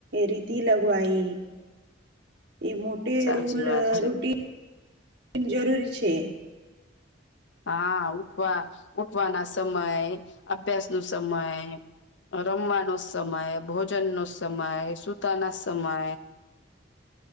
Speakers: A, on the right (about 55°); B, on the left (about 65°).
A: રીતિ લગવાઈ એ મોટે
B: સાચી
A: રૂલ
B: વાત છે
A: રૂટીન જરૂરી છે.
B: હા ઉઠવા ઉઠવાના સમય અભ્યાસ નું સમય રમવાનો સમય ભોજન નો સમય સુતાના સમય